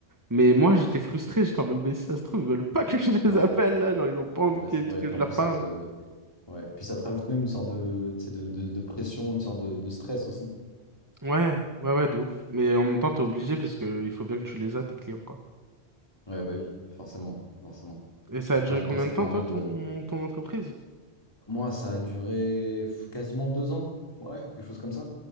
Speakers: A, on the right; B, on the left.
A: Mais moi, j'étais frustré. J'étais en mode, mais si ça se trouve, ils veulent pas que je
B: Ouais,
A: les appelle, là. Genre, ils ont pas envie
B: c'est vrai,
A: que,
B: c'est
A: que
B: vrai. Et puis
A: je
B: en
A: leur
B: plus, ça
A: parle.
B: te... Ouais. Et puis ça te rajoute même une sorte de, tu sais, de, de- de pression, une sorte de, de stress aussi.
A: Ouais, ouais, ouais, de ouf. Mais en même temps, t'es obligé
B: Mm.
A: parce que il faut bien que tu les as, tes clients, quoi.
B: Ouais, bah oui, forcément, forcément.
A: Et ça
B: Et
A: a
B: puis
A: duré
B: en même
A: combien
B: temps, ça
A: de
B: te
A: temps,
B: permet
A: toi,
B: de...
A: ton, ton entreprise?
B: Moi, ça a duré pff, quasiment deux ans. Ouais, quelque chose comme ça.